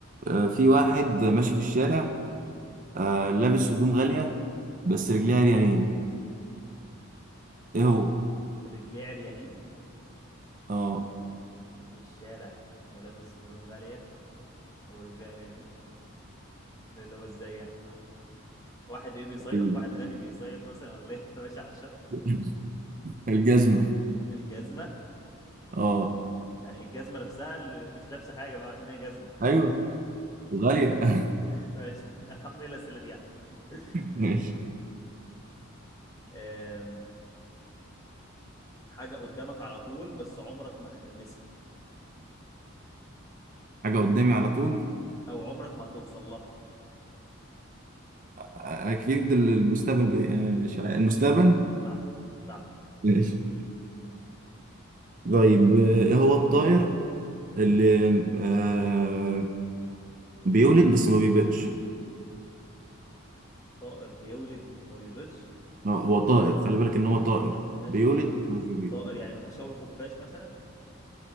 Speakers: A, on the right; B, on the left.
A: آه، في واحد ماشي في الشارع آه، لابس هدوم غالية بس رجليها عريانين ايه هو
B: رجليه عريانين
A: اه
B: ماشي في الشارع ولابس هدوم غالية ورجليه عريانين ده اللي هو ازاي يعني واحد ايه بيصيف
A: ال-
B: واحد غني بيصيف مثلا ولا ايه <laughs> ماشي على الشط
A: <laughs> الجزمة
B: الجزمة
A: اه
B: يعني الجزمة نفسها اللي مش لابسة حاجة بقى عشان هي جزمة
A: ايوه غالية <laughs>
B: <laughs> ماشي يا عم ايه الأسئلة دي يعني <laughs>
A: ماشي
B: آم، حاجة قدامك على طول بس عمرك ما هتلمسها
A: حاجة قدامي على طول
B: أو عمرك ما هتوصل لها
A: آه، اكيد المستقبل ب... آه، مش عارف. المستقبل
B: صح صح
A: ماشي طيب آه، ايه هو الطائر اللي آه بيولد بس ما بيبيضش
B: طائر بيولد وما بيبيضش
A: آه، هو طائر خلي بالك ان هو
B: آه.
A: طائر
B: ماشي
A: بيولد بس مش بيبيض
B: طائر يعني ما ينفعش أقول خفاش مثلا